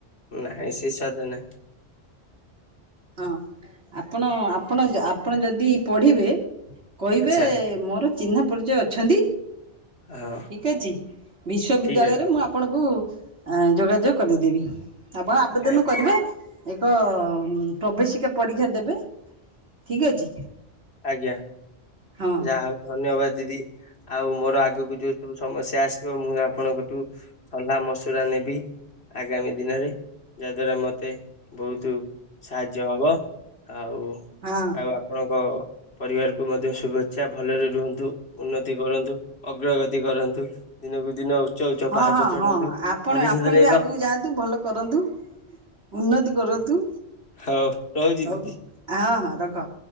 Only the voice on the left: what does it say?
ନାଇଁ ସେ ସାଧନ
ଆଚ୍ଛା
ହଁ
ଠିକ
ଅଛି ଆଚ୍ଛା
ଆଜ୍ଞା।
ଯାହା ହଉ ଧନ୍ୟବାଦ ଦିଦି। ଆଉ ମୋର ଆଗକୁ ଯୋଉ ସବୁ ସମସ୍ୟା ଆସିବ, ମୁଁ ଆପଣଙ୍କଠୁ ସଲାହ ମସୁରା ନେବି, ଆଗାମୀ ଦିନରେ ଯାହା ଦ୍ଵାରା ମତେ ବହୁତୁ ସାହାଯ୍ୟ ହବ। ଆଉ
ଆଉ ଆପଣଙ୍କ ପରିବାରକୁ ମଧ୍ୟ ଶୁଭେ ଚ୍ଛା ଭଲରେ ରୁହନ୍ତୁ, ଉନ୍ନତି କରନ୍ତୁ ଅଗ୍ରଗତି କରନ୍ତୁ। ଦିନକୁ ଦିନ ଉଚ୍ଚ ଉଚ୍ଚ
ପାହାଚ
ଚଢନ୍ତୁ
ଭବିଷ୍ୟତରେ
ଏକ
ହଉ ରହୁଛି
ଦିଦି।